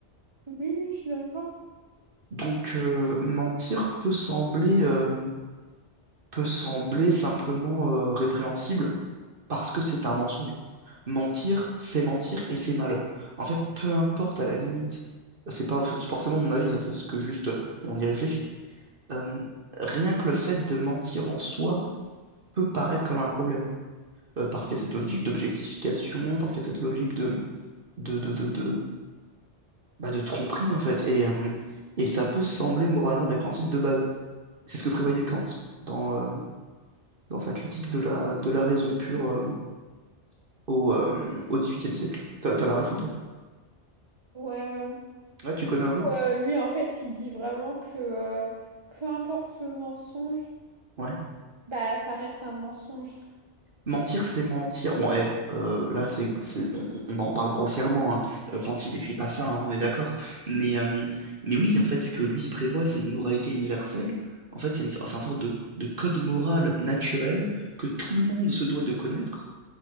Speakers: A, on the right (about 30°); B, on the right (about 50°).
A: Oui, oui, je suis d'accord.
B: Donc, euh, mentir peut sembler, euh, peut sembler simplement euh, répréhensible parce que c'est un mensonge. mentir, c'est mentir et c'est mal. En fait, peu importe à la limite, c'est pas forcément mon avis, hein, c'est ce que juste euh, on y réfléchit. Euh, rien que le fait de mentir en soi peut paraître comme un problème. Euh, parce qu'il y a cette logique d'objectification, parce qu'il y a cette logique de, de, de, de, de- bah, de tromperie en fait. Et, euh, et ça peut sembler moralement répréhensible de base. C'est ce que prévoyait Kant dans, euh, dans sa critique de la, de la raison pure euh, au, euh, au XVIIIe siècle. T'as, t'as la ref ou pas?
A: Ouais, ouais.
B: Ouais, tu connais un peu?
A: Ouais, lui, en fait, il dit vraiment que euh, peu importe le mensonge,
B: Ouais.
A: bah ça reste un mensonge.
B: Mentir, c'est mentir. Bon, eh, euh, là, c'est, c'est- on, on en parle grossièrement, hein, euh, quand il écrit pas ça, hein, on est d'accord. Mais, euh, mais oui, en fait, ce que lui, il prévoit, c'est une moralité universelle. En fait, c'est une, c'est un sorte de, de code moral naturel que tout le monde se doit de connaître.